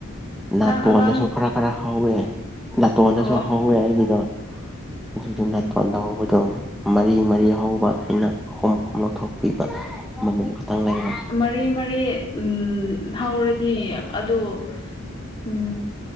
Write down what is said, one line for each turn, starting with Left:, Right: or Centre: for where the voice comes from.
Centre: ꯅꯥꯇꯣꯟꯗꯁꯨ
Left: ꯅꯪ ꯑꯉꯥꯡ
Centre: ꯈꯔ ꯈꯔ ꯍꯧꯋꯦ ꯅꯥꯇꯣꯟꯗꯁꯨ
Left: ꯑꯣ
Centre: ꯍꯧꯋꯦ ꯑꯩꯒꯤꯗꯣ ꯑꯗꯨ
Left: ꯎꯝ
Centre: ꯅꯥꯇꫭ ꯂꯣꯟꯗꯥ ꯍꯧꯕꯗꯣ ꯃꯔꯤ ꯃꯔꯤ ꯍꯧꯕ ꯑꯩꯅ ꯑꯍꯨꯝ ꯑꯍꯨꯝ ꯂꯧꯊꯣꯛꯄꯤꯕ ꯑꯃꯃꯝ ꯈꯛꯇꯪ ꯂꯩꯕ
Left: ꯃꯔꯤ ꯃꯔꯤ ꯎꯝ ꯍꯧꯔꯗꯤ ꯑꯗꯨ ꯎꯝ